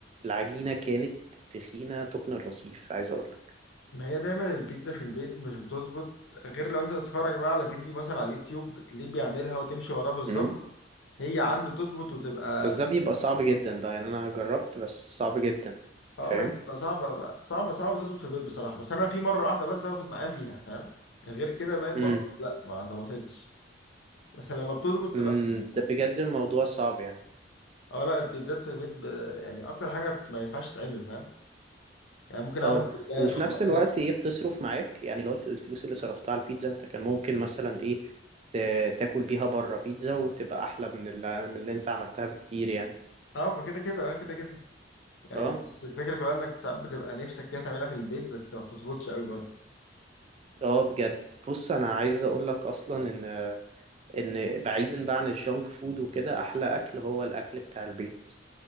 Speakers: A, on the right (about 35°); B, on the left (about 80°).
A: العجينة كانت تخينة تخن الرصيف عايز اقول
B: ما هي دايما البيتزا في البيت مش بتظبط غير لو انت بتتفرج بقى على فيديو مثلا على اليوتيوب بتلاقيه بيعملها وتمشي وراه بالظبط
A: امم
B: هي عنده تظبط وتبقى
A: بس ده بيبقى صعب جدا بقى يعني انا جربت بس صعب جدا
B: اه
A: فاهم
B: ما هي بتبقى صعبة صعبة صعبة تظبط في البيت بصراحة بس أنا في مرة واحدة بس ظبطت معايا فيها فاهم غير كده باقي المرات
A: امم
B: لا ما ظبطتش بس لما بتظبط بتبقى
A: امم ده بجد الموضوع صعب يعني
B: اه لا البيتزات في البيت ب... يعني أكتر حاجة ما ينفعش تتعمل فاهم يعني ممكن
A: اه
B: أعمل جلاش
A: وفي نفس الوقت
B: اه
A: ايه بتصرف معاك يعني لو الف- الفلوس اللي صرفتها على البيتزا انت كان ممكن مثلا ايه ت- تاكل بيها بره بيتزا وتبقى احلى من اللي, من اللي انت عملتها بكتير يعني
B: آه، ما كده كده اه كده كده يعني
A: اه
B: بس الفكرة كلها إنك ساعات بتبقى نفسك كده تعملها في البيت بس ما بتظبطش قوي برضه
A: اه بجد بص انا عايز اقول لك اصلا ان ان بعيدا بقى عن الجونك فود وكده احلى اكل هو الاكل بتاع البيت